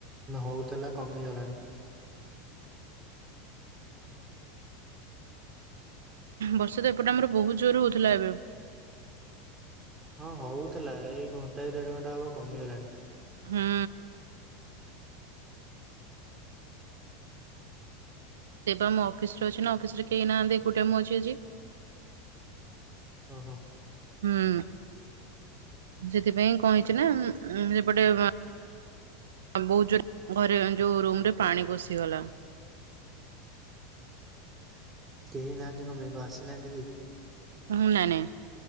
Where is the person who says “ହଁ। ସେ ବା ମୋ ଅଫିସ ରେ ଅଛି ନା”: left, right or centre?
Right